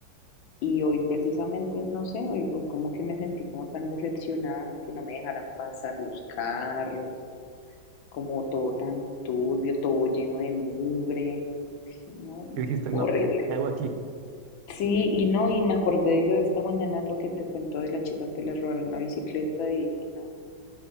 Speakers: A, on the left; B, on the right.
A: y hoy precisamente, no sé, hoy, hoy como que me sentí como tan decepcionada que no me dejaran pasar los carros, como todo tan turbio, todo lleno de mugre, no,
B: Y dijiste,
A: horrible.
B: no, ¿qué hago aquí?
A: Sí, y no, y me acordé de lo de esta mañana, lo que te cuento de la chica que le robaron la bicicleta y dije, no, no,